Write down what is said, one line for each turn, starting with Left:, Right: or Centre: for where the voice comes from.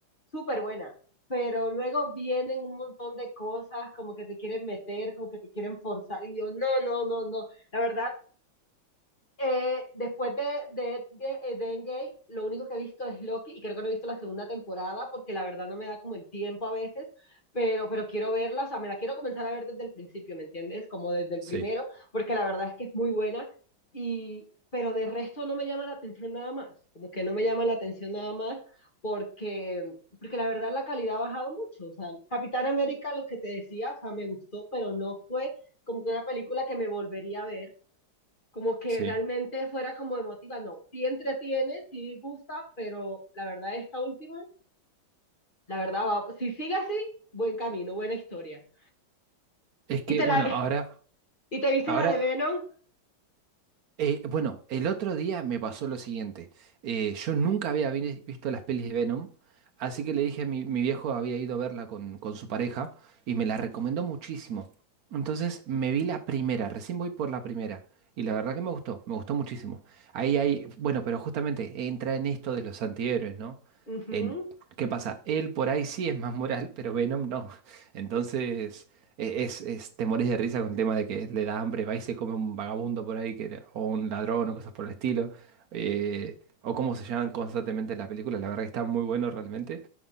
Left: súper buena. Pero luego vienen un montón de cosas como que te quieren meter, como que te quieren forzar, y yo, no, no, no, no. La verdad, eh, después de, de, de, eh, de Endgame, lo único que he visto es Loki y creo que no he visto la segunda temporada porque la verdad no me da como el tiempo a veces, pero, pero quiero verla, o sea, me la quiero comenzar a ver desde el principio, ¿me entiendes? Como desde el
Right: Sí,
Left: primero, porque la verdad es que es muy buena y, pero de resto no me llama la atención nada más, como que no me llama la atención nada más porque, porque la verdad la calidad ha bajado mucho, o sea, Capitán América, lo que te decía, o sea, me gustó, pero no fue como que una película que me volvería a ver como que
Right: sí.
Left: realmente fuera como emotiva, no, sí entretiene, sí gusta, pero la verdad esta última, la verdad, va- si sigue así, buen camino, buena historia.
Right: Es que,
Left: ¿Y te
Right: bueno,
Left: la, <laughs>
Right: ahora,
Left: y te viste
Right: ahora.
Left: la de Venom?
Right: Eh, bueno, el otro día me pasó lo siguiente. Eh, yo nunca había vi- visto las pelis de Venom, así que le dije a mi, mi viejo, había ido a verla con, con su pareja y me la recomendó muchísimo. Entonces me vi la primera, recién voy por la primera. Y la verdad que me gustó, me gustó muchísimo. Ahí hay, bueno, pero justamente entra en esto de los antihéroes, ¿no?
Left: Ujú,
Right: En, ¿qué pasa? Él por ahí sí es más moral, pero Venom no. Entonces, e- es, es, te morís de risa con el tema de que le da hambre, va y se come un vagabundo por ahí, que, o un ladrón, o cosas por el estilo. eh, o cómo se llaman constantemente en la película. La verdad que está muy bueno realmente.